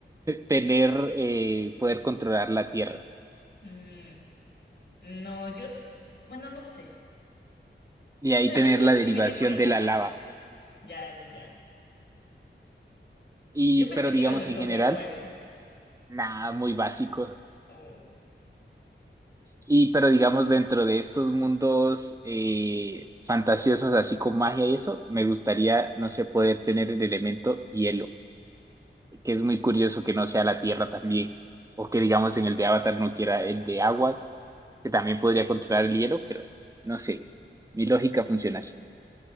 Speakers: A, on the right; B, on the left.
A: tener, eh, poder controlar la Tierra
B: Mm, no, yo, s- bueno, no sé.
A: y
B: O
A: ahí
B: sea,
A: tener
B: yo creo
A: la
B: que
A: derivación
B: sí me iría por el
A: de
B: agua.
A: la lava.
B: Ya, ya, ya.
A: Y,
B: Yo pensé
A: pero digamos
B: que ibas a escoger
A: en general,
B: fuego.
A: nada, muy básico.
B: Oh.
A: Y, pero digamos dentro de estos mundos eh, fantasiosos, así con magia y eso, me gustaría, no sé, poder tener el elemento hielo, que es muy curioso que no sea la tierra también. O que digamos en el de Avatar no quiera el de agua, que también podría controlar el hielo, pero no sé. Mi lógica funciona así.